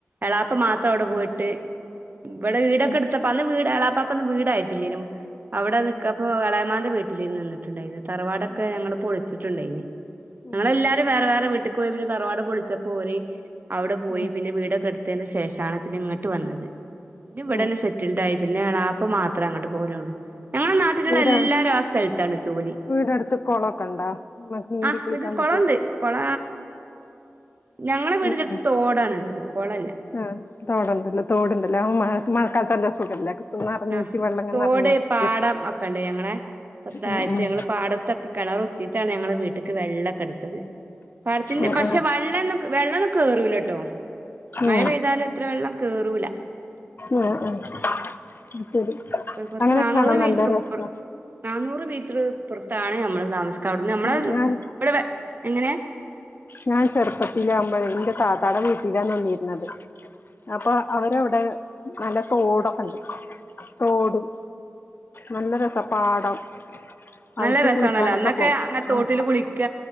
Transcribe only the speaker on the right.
എളാപ്പ മാത്രം അവിടെ പോയിട്ട് ഇവിടെ വീടൊക്കെ
എടുത്തപ്പ അന്ന് വീട് എളാപ്പാക്കൊന്നും വീടായിട്ടില്ലേനും അവിടെ നിക്കപ്പോ
എളാമ്മേന്റെ വീട്ടിലേനി നിന്നിട്ടുണ്ടായിനെ തറവാടൊക്കെ
ഞങ്ങള്
പൊളിച്ചിട്ടുണ്ടായിനി
ഞങ്ങളെല്ലാരും വേറെ വേറെ വീട്ട്ക്ക് പോയി പിന്നെ തറവാട് പൊളിച്ചപ്പോ ഓര് അവിടെ പോയി
പിന്നെ വീടൊക്കെ എടുത്ത് ത്തേൻ്റെ ശേഷാണ് പിന്നെ ഇങ്ങട്ട് വന്നത് പിന്ന ഇവിടെന്നെ
സെറ്റിൽഡായി പിന്നെ എളാപ്പ മാത്രേ അങ്ങട്ട് പോവലുള്ളൂ ഞങ്ങളെ നാട്ടിലുള്ള
എല്ലാരും ആ സ് സ്ഥലത്താണ് ജോലി
ആഹ്
വീട്ടിൽ കൊളണ്ട്
കൊള ഞങ്ങളെ വീടിന്റെ
അടുത്ത്
തോടാണ് ഇള്ളത് കൊളല്ല
ആഹ്
തോട്
പാടം ഒക്കെ ഇണ്ട് ഞങ്ങളെ കൊറച്ച് താഴത്ത്
ഞങ്ങള് പാടത്തൊക്കെ കെണറ് കുത്തിയിട്ടാണ് ഞങ്ങളെ വീട്ട്ക്ക് ക്ക് വെള്ളക്കെ എടുത്തത് പാടത്തിന്റെ
പക്ഷെ
വെള്ളൊന്നും വെള്ളൊന്നും കേറൂലാട്ടോ മഴ
പെയ്താലും എത്ര വെള്ളം കേറൂലാ
ഒരു കുറച്ച്
നാന്നൂറ്
മീറ്റർ
നാന്നൂറ് മീറ്റർ ഇപ്പറത്താണ് നമ്മള് താമസിക്കാ അവിടുന്ന് നമ്മളെ
ഇബടെ എങ്ങനെ?
നല്ല
രസാണല്ലോ
അന്നൊക്കെ
അങ്ങൻത് തോട്ടിൽ
കുളിക്ക